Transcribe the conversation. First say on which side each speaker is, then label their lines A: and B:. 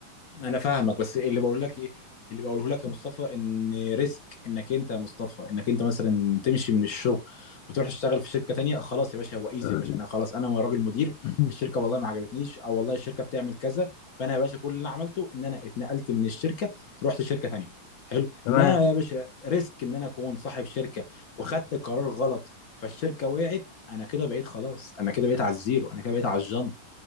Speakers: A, on the left; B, on the left.
A: انا فاهمك بس اللي بقول لك ايه اللي بقوله لك يا مصطفى ان ريسك انك انت يا مصطفى انك انت مثلا تمشي من الشغل وتروح تشتغل في شركه تانية خلاص يا باشا هو ايزي
B: <clears throat>
A: يا باشا انا خلاص انا راجل مدير
B: مم.
A: الشركه والله ما عجبتنيش او والله الشركه بتعمل كذا فانا يا باشا كل اللي انا عملته ان انا اتنقلت من الشركه رحت شركه تانية حلو
B: تمام
A: انا يا باشا ريسك ان انا اكون صاحب شركه وخدت قرار غلط فالشركه وقعت انا كده بقيت خلاص انا كده بقيت على الزيرو انا كده بقيت على الجنب